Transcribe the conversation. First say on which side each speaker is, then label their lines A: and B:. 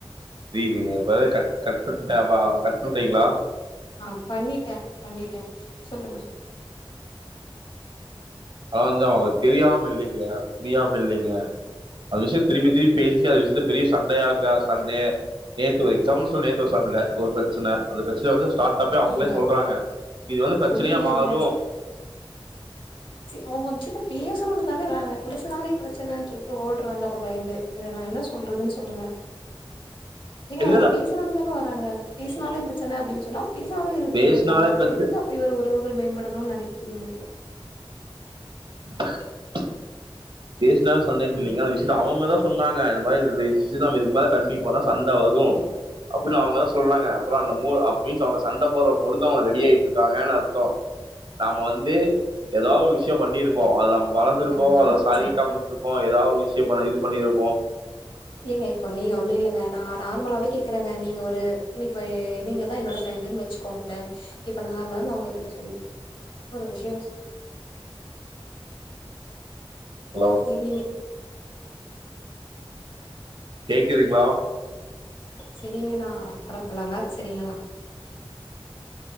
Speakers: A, on the right (about 60°); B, on the left (about 60°).
A: நீங்க இப்ப ஏதும் கட் பன்னிடீங்களா
B: ஆ பண்ணிட்டே பண்ணிட்டே சொல்லுங்க
A: அதா வந்து அவுங்க தெரியாம இல்லிங்க புரியாம இல்லிங்க அந்த விஷயம் திருப்பி திருப்பி பேசி அந்த விஷயத்த பெரிய சண்டையாக்கா சண்டை நேத்து ஒரு எக்ஸாம்பிள் சொல் நேத்து ஒரு பிரச்சனை அந்த பிரச்சன வந்து ஸாஃட்டா போய் அவுங்களே
B: ஏங்க
A: சொல்றாங்க இது வந்து பிரச்சனையா
B: புரியலங்க
A: மாறும்
B: அவுங்க அந்த விசயத்த பேசணு தானே வறாங்க பேசனாலே பிரச்சனைனு சொல்லிட்டு ஓடுறாங்க அப்ப பயந்து இத நா என்னனு சொல்றது சொல்லுங்க ஏங்க
A: இல்ல
B: அவுங்க
A: இல்ல
B: பேசணு தான வராங்க பேசுனாலே பிரச்சனை அப்டினு சொன்னா பேசாமயே இருத்துட்டு
A: பேசினாலே
B: போயிருலாமே அப்றோ
A: பிரச்ச
B: எதுக்கு அப்டி ஒரு உறவுகள் மேம்படணும்னு நனைக்கிறீங்க நீங்க
A: <inaudible> பேசுனால சண்டனு சொன்னீங்க அந்த விஷயத்த அவுங்க தா சொன்னாங்க இந்த மாரி விஷயத்த இதுக்கு மேல கண்டுன்யூ பண்ணா சண்ட வரு அப்டினு அவுங்க தா சொல்றாங்க அப்றோ அவுங்க அப்பயூ சண்ட போடுற மூடுக்கு அவுங்க ரெடி ஆயிட்டு இருக்காங்கனு அர்த்தோ நாம வந்து ஏதாவது ஒரு விஷயோ பண்ணிருப்போ அது நம்ம மறந்து இருப்போ
B: ஆனா
A: காது
B: ச-
A: கேக்காம விட்ருப்போம் ஏதாவது ஒரு விஷயம் இது பண்ணிருப்போ
B: ஏங்க இப்போ நீங்க ஒண்ணு இல்லங்க நா நார்மலாவே கேக்குறங்க நீங்க ஒரு இப்ப நீங்க தா என்னோட ஃரெண்டுனு வச்சுக்கோங்களே இப்ப நார்மலா நா உங்ககிட்ட சொல்ல ஒரு விஷயோ
A: ஹலோ
B: சரிங்
A: கேக்குறீங்களா
B: சரிங்கண்ணா அக்காலா இருக்குறாங்க சரிங்களா